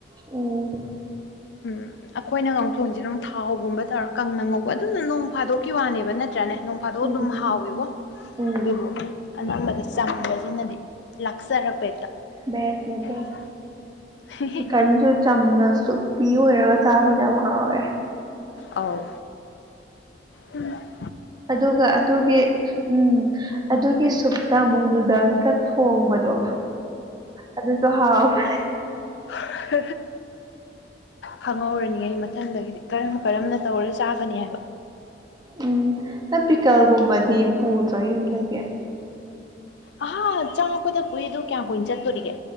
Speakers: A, on the right; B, on the left.
A: ꯎꯝ
B: ꯎꯝ ꯑꯩꯈꯣꯏꯅ ꯉꯥꯎꯊꯣꯡꯉꯤꯁꯤꯅ ꯑꯃꯨꯛ ꯊꯥꯎꯒꯨꯝꯕ ꯇꯧꯔ ꯀꯪꯅ ꯉꯧꯕ ꯑꯗꯨꯅ ꯅꯣꯡ ꯐꯥꯗꯣꯛꯀꯤ ꯋꯥꯅꯦꯕ ꯅꯠꯇ꯭ꯔꯅꯦ ꯅꯣꯡ ꯐꯥꯗꯣꯛ
A: ꯎꯝ
B: ꯑꯗꯨꯝ ꯍꯥꯎꯋꯤꯒꯣ
A: ꯎꯝ
B: ꯑꯗꯨꯕꯨ ꯑꯅꯝꯕꯗꯤ ꯆꯝꯕꯖꯤꯅꯗꯤ ꯂꯥꯛꯆꯔꯛꯄ ꯍꯦꯛꯇ
A: ꯕꯦꯠꯁ ꯅꯦ ꯕꯦ
B: <unintelligible>
A: ꯆꯤꯛꯀꯟꯁꯨ ꯆꯝꯅ ꯁꯨꯛꯄꯤ ꯑꯣꯏꯔꯒ ꯆꯥꯕꯗ ꯌꯥꯝ ꯍꯥꯎꯋꯦ
B: ꯑꯥꯎ ꯎꯝ
A: ꯑꯗꯨꯒ ꯑꯗꯨꯒꯤ ꯎꯝ ꯑꯗꯨꯒꯤ ꯁꯨꯞꯇ ꯑꯃꯨꯛ ꯅꯨꯗꯜꯁꯀ ꯊꯣꯡꯕꯗꯣ ꯑꯗꯨꯁꯨ ꯍꯥꯎꯕꯅꯦ
B: <unintelligible> ꯈꯪꯍꯧꯔꯅꯤ ꯑꯩ ꯃꯊꯪꯗꯒꯤꯗꯤ ꯀꯔꯝ ꯀꯔꯝꯅ ꯇꯧꯔ ꯆꯥꯒꯅꯤ ꯍꯥꯏꯕ
A: ꯎꯝ ꯅꯪ ꯄꯤꯀꯜꯒꯨꯝꯕꯗꯤ ꯄꯨꯗ꯭ꯔꯣ ꯌꯨꯝꯗꯒꯤ
B: ꯑꯍꯥ ꯆꯪꯉꯛꯄꯗ ꯄꯨꯏ ꯑꯗꯨ ꯀꯌꯥꯝ ꯀꯨꯏꯅ ꯆꯠꯇꯣꯔꯤꯒꯦ